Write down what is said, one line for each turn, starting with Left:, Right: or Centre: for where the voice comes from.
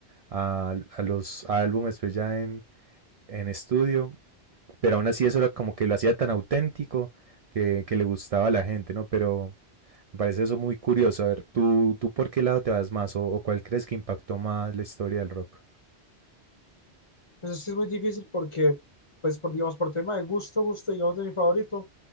Right: a- a los álbumes pues ya en, en estudio, pero aún así eso era como que lo hacía tan auténtico que, que le gustaba a la gente, ¿no? Pero me parece eso muy curioso. A ver, ¿tú, tú por qué lado te vas más o, o cuál crees que impactó más la historia del rock?
Left: Pues es que es muy difícil porque, pues por, digamos, por tema de gusto, gusto, digamos, de mi favorito,